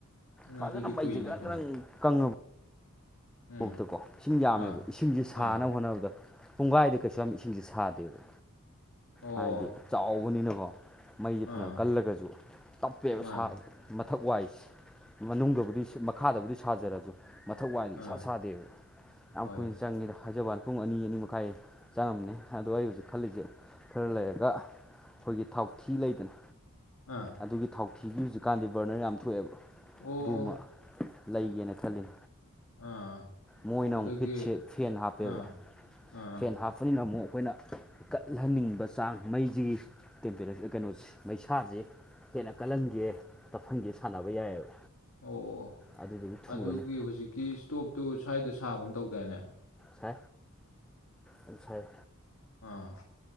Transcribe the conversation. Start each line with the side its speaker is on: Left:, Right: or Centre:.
Left: ꯎꯝ,
Centre: ꯐꯖꯅ
Left: ꯑꯗꯨꯗꯤ
Centre: ꯃꯩꯁꯤ
Left: ꯀꯨꯏꯅꯦ
Centre: ꯈ
Left: ꯐꯅꯌꯥꯝ
Centre: ꯈꯪ ꯀꯪꯉꯕ
Left: ꯎꯝ
Centre: ꯀꯣꯛꯇꯀꯣ ꯏꯁꯤꯡ ꯌꯥꯝꯃꯦꯕ
Left: ꯑꯥ
Centre: ꯏꯁꯤꯡꯁꯦ ꯁꯥꯅꯕ
Left: ꯑꯥ
Centre: ꯍꯣꯠꯅꯕꯗ ꯄꯨꯡꯈꯥꯏꯗ ꯀꯩꯁꯨ ꯌꯥꯝ ꯏꯁꯤꯡꯁꯦ ꯁꯥꯗꯦꯕ
Left: ꯑꯣ ꯑꯣ
Centre: ꯍꯥꯏꯗꯤ ꯆꯥꯎꯕꯅꯤꯅꯀꯣ ꯃꯩꯁꯦ ꯐꯅꯕ
Left: ꯑꯥ
Centre: ꯀꯜꯂꯒꯁꯨ ꯇꯞꯄꯦꯕ
Left: ꯃꯥꯅꯦ
Centre: ꯁꯥꯕ ꯃꯊꯛ ꯋꯥꯏꯁ ꯃꯅꯨꯡꯗꯕꯨꯗꯤ ꯃꯈꯥꯗꯕꯨꯗꯤ ꯁꯥꯖꯔꯁꯨ ꯃꯊꯛ ꯋꯥꯏꯗꯤ ꯏꯁꯥ
Left: ꯑꯥ
Centre: ꯁꯥꯗꯦꯕ ꯌꯥꯝ
Left: ꯍꯣꯏꯅꯦ
Centre: ꯀꯨꯏꯅ ꯆꯪꯉꯤꯗ ꯍꯥꯏꯖꯕꯅꯤ ꯄꯨꯡ ꯑꯅꯤ ꯑꯅꯤ ꯃꯈꯥꯏ ꯆꯪꯉꯝꯅꯦ ꯑꯗꯣ ꯑꯩ ꯍꯧꯖꯤꯛ ꯈꯜꯂꯤꯁꯦ ꯈꯔ ꯂꯩꯔꯒ ꯑꯩꯈꯣꯏꯒꯤ ꯊꯥꯎꯊꯤ ꯂꯩꯗꯅ
Left: ꯑꯥ
Centre: ꯑꯗꯨꯒꯤ ꯊꯥꯎꯊꯤꯒꯤ ꯍꯧꯖꯤꯛꯀꯥꯟꯗꯤ ꯕꯔꯅꯔ ꯌꯥꯝ ꯊꯣꯛꯑꯦꯕ
Left: ꯑꯣ
Centre: ꯑꯗꯨꯃ ꯂꯩꯒꯦꯅ ꯈꯜꯂꯤ
Left: ꯑꯥ
Centre: ꯃꯣꯏꯅ
Left: ꯑꯗꯨꯒꯤ
Centre: ꯑꯃꯨꯛ ꯍꯤꯠꯁꯦ ꯐꯦꯟ ꯍꯥꯞꯄꯦꯕ
Left: ꯑꯥ ꯑꯥ ꯑꯥ
Centre: ꯐꯦꯟ ꯍꯥꯞꯄꯅꯤꯅ ꯑꯃꯨꯛ ꯑꯩꯈꯣꯏꯅ ꯀꯠꯍꯟꯅꯤꯡꯕ ꯆꯥꯡ ꯃꯩꯁꯤꯒꯤꯄ ꯀꯩꯅꯣꯁ ꯃꯩꯁꯥꯁꯦ ꯍꯦꯟꯅ ꯀꯜꯍꯟꯒꯦ ꯇꯞꯍꯟꯒꯦ ꯁꯥꯟꯅꯕ ꯌꯥꯏꯑꯕ
Left: ꯑꯣ ꯑꯣ
Centre: ꯑꯗꯨꯗꯨꯒꯤ ꯊꯨꯔꯅꯤ
Left: ꯑꯗꯨꯒꯤ ꯍꯧꯖꯤꯛꯀꯤ ꯏꯁꯇꯣꯞꯇꯨ ꯁ꯭ꯋꯥꯏꯗ ꯁꯥꯒꯨꯝ ꯇꯧꯗꯅꯦ
Centre: ꯁ ꯌꯥꯝꯁꯥꯏ
Left: ꯑꯥ